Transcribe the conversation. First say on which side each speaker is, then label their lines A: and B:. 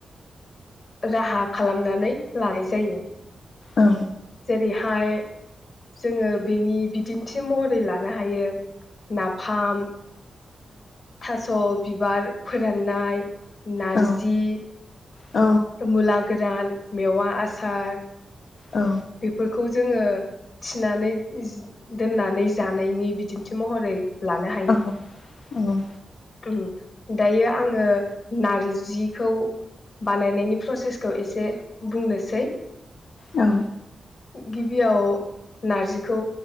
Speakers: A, on the left (about 50°); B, on the left (about 70°).
A: राहा खालामनानै लानाय जायो।
B: औ
A: जेरैहाय जोङो बेनि बिदिन्थि महरै लानो हायो नाफाम थास' बिबार फोराननाय नारजि
B: औ औ
A: मुला गोरान मेवा आसार
B: औ
A: बेफोरखौ जोङो थिनानै जि दोननानै जानायनि बिदिन्थि महरै लानो
B: औ औ
A: उ दायो आङो नारजिखौ बानायनायनि प्रसेसखौ एसे बुंनोसै
B: औ
A: गिबियाव नारजिखौ